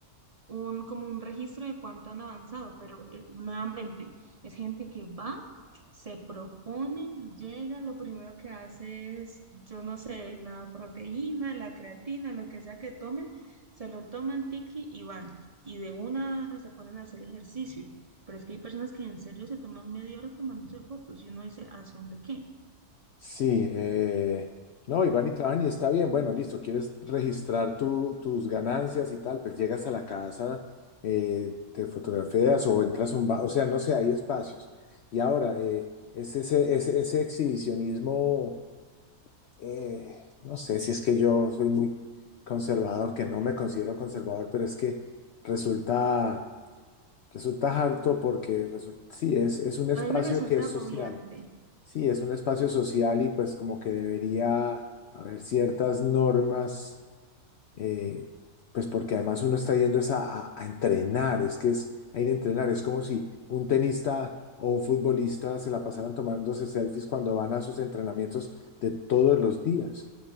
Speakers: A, on the right (about 35°); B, on the left (about 65°).
A: un, como un registro de cuánto han avanzado, pero eh, nuevamente es gente que va, se propone, llega, lo primero que hace es, yo no sé, la proteína, la creatina, lo que sea que tomen, se lo toman tiki y van, y de una se ponen a hacer ejercicio. Pero es que hay personas que en serio se toman media hora tomándose fotos y uno dice, ¿a son de qué?
B: Sí, eh, no, y van y trabajan y está bien, bueno, listo, quieres registrar tu- tus ganancias y tal, pues llegas a la casa, eh, te fotografías o entras a un bar, o sea, no sé, hay espacios. Y ahora, eh, es ese, ese, ese exhibicionismo, eh, no sé si es que yo soy muy conservador, que no me considero conservador, pero es que resulta Resulta harto porque resu- sí, es, es un espacio
A: A mí me resulta
B: que es
A: agobiante.
B: social. Sí, es un espacio social y pues como que debería haber ciertas normas, eh, pues porque además uno está yendo es a, a- a entrenar, es que es a ir a entrenar, es como si un tenista o un futbolista se la pasaran tomándose selfies cuando van a sus entrenamientos de todos los días.